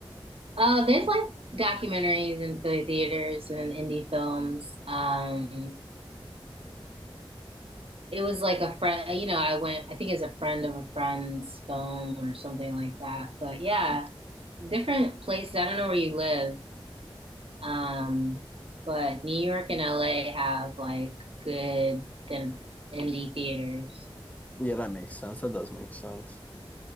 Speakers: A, on the right (about 85°); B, on the left (about 15°).
A: Uh, there's like documentaries and the theaters and indie films. Um, it was like a friend, you know, I went, I think it's a friend of a friend's film or something like that. But yeah, different places. I don't know where you live. Um, but New York and LA have like good thin indie theaters.
B: Yeah, that makes sense. That does make sense.